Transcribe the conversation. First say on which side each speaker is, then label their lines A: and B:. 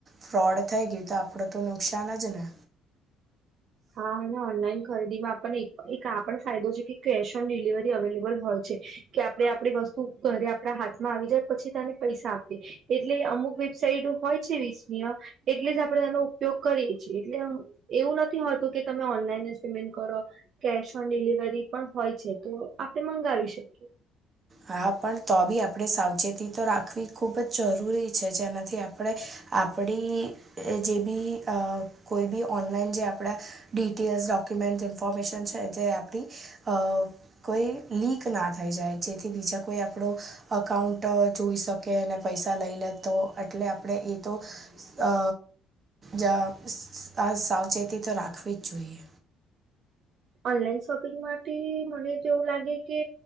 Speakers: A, on the right (about 35°); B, on the right (about 55°).
A: ફ્રોડ થઈ ગયું તો આપણે તો નુકસાન જ ને.
B: હા અને ઓનલાઈન ખરીદીમાં આપણને એક એક આ પણ ફાયદો છે કે કેશ ઓન ડિલિવરી અવેલેબલ હોય છે. કે આપડે આપડી વસ્તુ ઘરે આપડા હાથમાં આવી જાય પછી તને પૈસા આપે. એટલે અમુક વેબસાઇટ હોય છે વિસનીય એટલે જ આપડે એનો ઉપયોગ કરીએ છીએ. એટલે એવું નથ નથી હોતું કે તમે ઓનલાઈન જ પેમેન્ટ કરો. કેશ ઓન ડિલિવરી પણ હોય છે. તો આપણે મંગાવી શકીએ.
A: હા પણ તો બી આપણેે સાવચેતી તો રાખવી ખુબ જ જરૂરી છે. જેનાથી આપ આપણે આપડી જે બી કોઈ અ બી ઓનલાઈન જે આપડા ડિટેલ્સ, ડોક્યુમેન્ટ, ઇન્ફોર્મેશન છે જે આપડી અ કોઈ લીક ના થઈ જાય. જેથી બીજા કોઈ આપડો અકાઉન્ટ જોઈ શકેને, પૈસા લઇ લે તો. એટલે આપડે એ તો અ જ આ સાવચેતી તો રાખવી જ જોઈએ.
B: ઓનલાઈન શોપિંગ માટે મને તો એવું લાગે કે